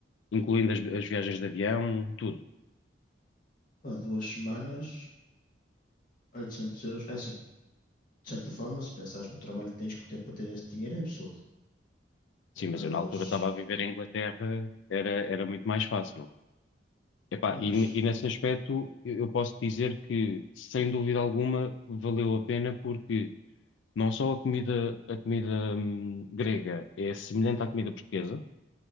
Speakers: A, on the left; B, on the left.
A: incluindo as, as viagens de avião, tudo.
B: Pá, duas semanas, 800 euros. É assim, de certa forma, se pensares no trabalho que tens que ter para ter esse dinheiro, é absurdo.
A: Sim, mas
B: Mas,
A: eu na altura estava a viver em Inglaterra, era, era muito mais fácil. Epá,
B: mas,
A: e, n- e nesse aspecto eu, eu posso dizer que, sem dúvida alguma, valeu a pena porque não só a comida, a comida hum, grega é semelhante à comida portuguesa,